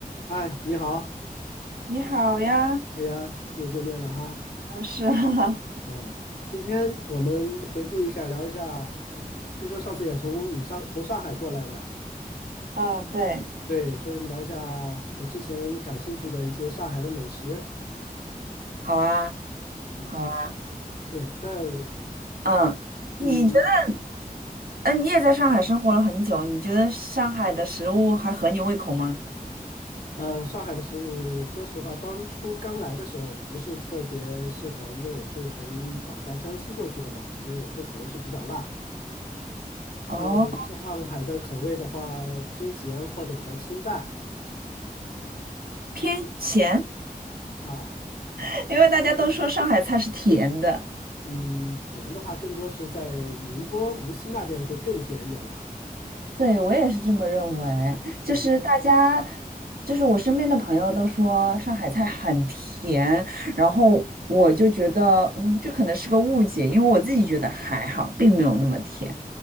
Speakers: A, on the left; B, on the right.
A: 嗨，你好，
B: 你好呀，
A: 大家又见面了哈。
B: 嗯，是啊，<laughs>
A: 啊，今天我们回顾一下，聊一下。我听说上次也从你上从上海过来的，
B: 啊，对，
A: 对，所以我们聊一下我之前感兴趣的一些上海的美食。
B: 好啊，
A: 嗯，
B: 好啊，
A: 对，在
B: 啊嗯，
A: 嗯
B: 你觉得，嗯你也在上海生活了很久，你觉得上海的食物还合你胃口吗？
A: 呃上海的食物，说实话，当初刚来的时候不是特别适合，因为我是从老家江西过去的嘛，因为我们的口味是比较辣。
B: 哦，
A: 呃，上海的口味的话偏咸或者比较清淡
B: 偏咸，
A: 啊。
B: <laughs> 因为大家都说上海菜是甜的。
A: 嗯，甜的话更多是在宁波、无锡那边会更甜一点吧。
B: 对，我也是这么认为，就是大家，
A: 嗯
B: 就是我身边的朋友都说上海菜很甜，然后我就觉得，嗯，这可能是个误解，因为我自己觉得还好，并没有那么甜。